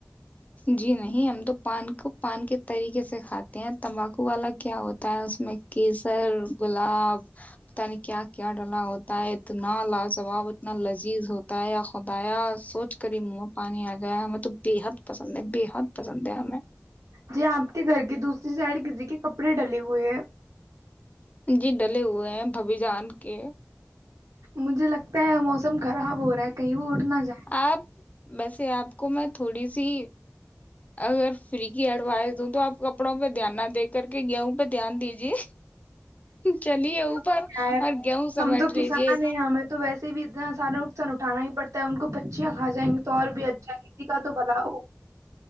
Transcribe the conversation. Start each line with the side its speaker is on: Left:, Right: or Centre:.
Left: جی نہیں ہم تو پان کو پان کے طریقے سے کھاتے ہیں تمباکو والا کیا ہوتا ہے اس میں کیسر گلاب پت نہیں کیا کیا ڈلا ہوتا ہے اتنا لاجواب اتنا لذیذ ہوتا ہے یا خدایا سوچ کر ہی منہ پانی آ گیا ہے ہمیں تو بےحد پسند ہے بےحد پسند ہے ہمیں
Right: جی آپ کے گھر کی دوسری سائڈ کسی کے کپڑے ڈلے ہوئے ہیں
Left: جی ڈلے ہوئے ہیں ببھی جان کے
Right: مجھے لگتا ہے موسم خراب ہو رہا ہے کہیں وہ اڑ نہ جائے
Left: آپ وسے آپ کو میں تھوڑی سی اگر فری کی ایڈوائس دوں تو آپ کپڑوں پہ دھیان نہ دے کر کے گیہوں پ دھیان دیجے چلیے اوپر
Right: کیا ہے
Left: اور گیہوں سمیٹ
Right: ہم تو کسان
Left: لیجے
Right: ہیں ہمیں تو ویسے بھی اتنا سارا نقصان اٹھا پڑتا ہے ان کو پچیاں کا جائیں گے تو اور بھی اچھا ہے کسی کا تو بلاؤ